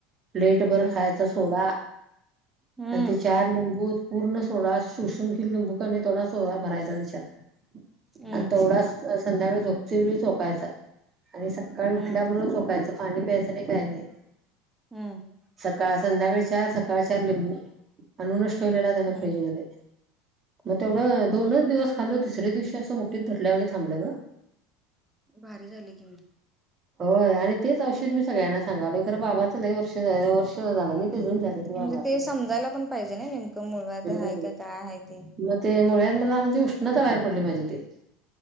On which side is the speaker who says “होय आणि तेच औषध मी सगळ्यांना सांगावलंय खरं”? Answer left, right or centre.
Right